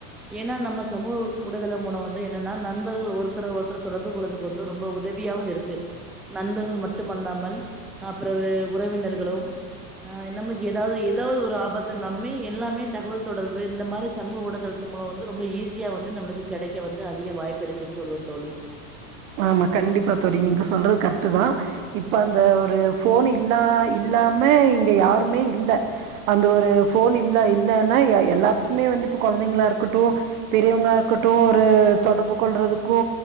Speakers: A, in the centre; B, on the right.
A: ஏனா நம்ம சமூக ஊடதள மூலம் வந்து என்னனா நண்பர்கள் ஒருத்தர ஒருத்தர் தொடர்பு கொள்வதற் கு வந்து ரொம்ப உதவியாவு இருக்கு நண்பர்கள் மட்டுமல்லாமல் ஆ பிறகு உறவினர்களும் ஆ நம்ளுக்கு எதாவ்து ஒரு எதாவ்து ஒரு ஆபத்துனாலுமே எல்லாமே தகவல் தொடர்பு இந்த மாரி சமூக ஊடதளத்தின் மூலம் வந்து ரொம்ப ஈஸியா வந்து நம்ளுக்கு கெடைக்க வந்து அதிக வாய்ப்பு இருக்குன் சொல்லு தோழி
B: ஆமா கண்டிப்பா தொழி நீங்க சொல்றது கரெக்டு தா இப்ப அந்த ஒரு ஃபோன் இல்லா இல்லாம இங்க யாருமே இல்ல அந்த ஒரு ஃபோன் இல்ல இல்லன்னா எ எல்லாத்துக்குமே வந்து இப்போ கொழந்தைங்களா இருக்கட்டு பெரியவங்களா இருக்கட்டு ஒரு தொடர்பு கொள்றதுக்கு